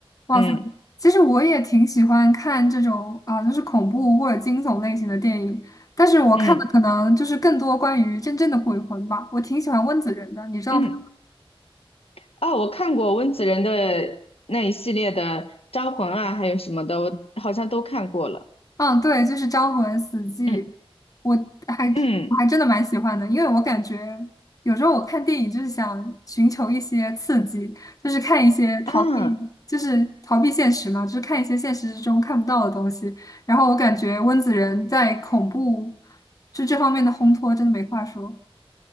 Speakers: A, on the left (about 35°); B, on the left (about 75°).
A: 哇塞，
B: 嗯
A: 其实我也挺喜欢看这种啊、就是恐怖或者惊悚类型的电影，但是我看的可能就是更多关于真正的鬼魂吧。
B: 嗯
A: 我挺喜欢温子仁的，你知道他。
B: 嗯，啊，我看过温子仁的那一系列的《招魂》啊，还有什么的，我好像都看过了。
A: 嗯，对，就是《招魂死寂》，
B: 嗯
A: 我还我还真的蛮喜欢的，
B: 嗯
A: 因为我感觉有时候我看电影就是想寻求一些刺激，就是看一些逃避，
B: 啊
A: 就是逃避现实嘛，就是看一些现实之中看不到的东西。然后我感觉温子仁在恐怖就这方面的烘托真的没话说。